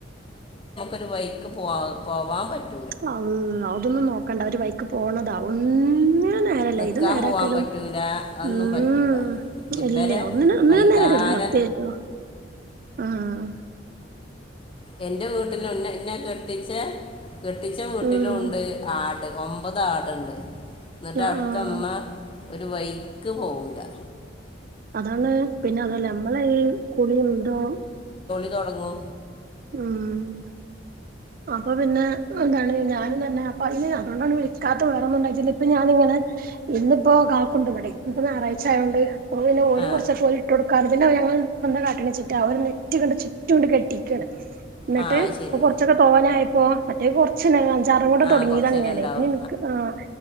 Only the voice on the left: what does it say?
ഒരു വൈക്ക് പോവാ പോവാൻ പ
നിൽക്കാൻ
പോവാൻ പറ്റൂല അതൊന്നും
പറ്റൂല ഇവരെ
വൈത്താലെ
എന്റെ വീട്ടിലുംന്നെ എന്നെ കെട്ടിച്ച കെട്ടിച്ച വീട്ടിലും
ഉണ്ട് ആട് ഒമ്പത് ആടണ്ട് എന്നിട്ട്
അവിടുത്തമ്മ ഒരു വയ്ക്ക് പോവൂല്ലാ
തൊടങ്ങും
ആ
ആ അത് ശരി
ആ
കുറച്ചേരം
ഉണ്ടാവും